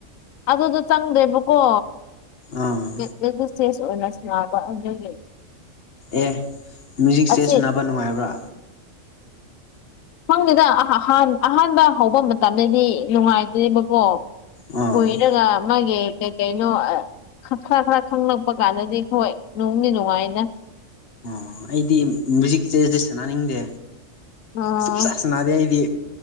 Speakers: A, on the left (about 80°); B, on the left (about 50°).
A: ꯑꯗꯨꯗꯣ ꯆꯪꯗ꯭ꯔꯦꯕꯀꯣ꯫
B: ꯑꯥ꯫
A: ꯁꯤꯗꯩꯗꯤ ꯆꯦꯁ ꯑꯣꯏꯅ ꯁꯥꯟꯅꯕ ꯑꯗꯨꯒꯤ꯫
B: ꯑꯦ ꯃ꯭ꯌꯨꯖꯤꯛꯁꯦ
A: ꯑꯁꯤ
B: ꯁꯥꯟꯅꯕ ꯅꯨꯡꯉꯥꯏꯕ꯭ꯔꯥ꯫
A: ꯈꯪꯗꯦꯗꯥ ꯑꯍꯥꯟꯕ ꯑꯍꯥꯟꯕ ꯍꯧꯕ ꯃꯇꯝꯗꯗꯤ ꯅꯨꯡꯉꯥꯏꯇꯦꯕꯀꯣ꯫
B: ꯑꯥ
A: ꯀꯨꯏꯔꯒ ꯃꯥꯒꯤ ꯀꯩ ꯀꯩꯅꯣ꯫ ꯈꯔ ꯈꯔ ꯈꯪꯂꯛꯄ ꯀꯥꯟꯗꯗꯤ ꯍꯣꯏ ꯅꯨꯡꯗꯤ ꯅꯨꯡꯉꯥꯏꯅ꯫
B: ꯑꯣ ꯑꯩꯗꯤ ꯃ꯭ꯌꯨꯖꯤꯛ ꯆꯦꯁꯦ ꯁꯥꯟꯅꯅꯤꯡꯗꯦ
A: ꯑꯥ
B: ꯁꯨꯡꯁꯥꯟ ꯁꯥꯟꯅꯗꯦ ꯑꯩꯗꯤ꯫